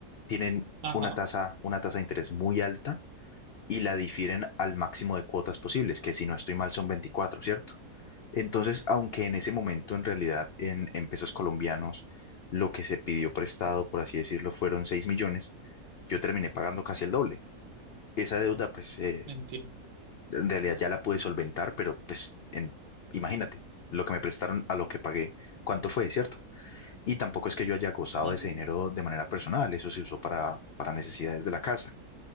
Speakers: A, on the left; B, on the right.
A: tienen
B: ajá,
A: una tasa, una tasa de interés muy alta y la difieren al máximo de cuotas posibles, que si no estoy mal son veinticuatro ¿cierto? Entonces, aunque en ese momento en realidad en, en pesos colombianos lo que se pidió prestado, por así decirlo, fueron 6 millones, yo terminé pagando casi el doble. Esa deuda, pues, eh,
B: entiendo.
A: en realidad ya la pude solventar, pero pues, en- imagínate, lo que me prestaron a lo que pagué, ¿cuánto fue, cierto? Y tampoco es que yo haya gozado
B: Ujú.
A: de ese dinero de manera personal, eso se usó para, para necesidades de la casa.